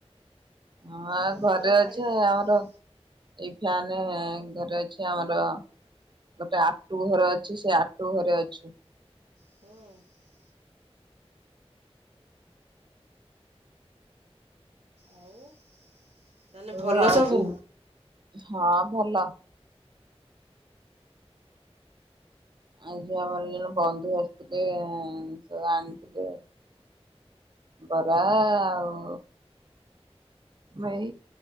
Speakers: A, on the right (about 45°); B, on the right (about 85°).
A: ହଁ
B: ମୋ
A: ଘରେ
B: ଜୀବନ ଛାଡ଼ିଯିବ
A: ଅଛେ
B: କି
A: ଆମର
B: କଣ
A: ଏଇ ଫ୍ୟାନ ଘରେ ଅଛି ଆମର ଗୋଟେ ଆଟୁ ଘର ଅଛି ସେ ଆଟୁ ଘରେ ଅଛୁ।
B: ହୁଁ। ଆଉ ତାହେଲେ ଭଲ
A: ହ ଆଜି
B: ସବୁ
A: ହଁ ଭଲ। ଆଜି ଆମର ଜଣେ ବନ୍ଧୁ ଆସିଥିଲେ ସେ ଆଣିଥିଲେ। ବରା ଆଉ ଏଇ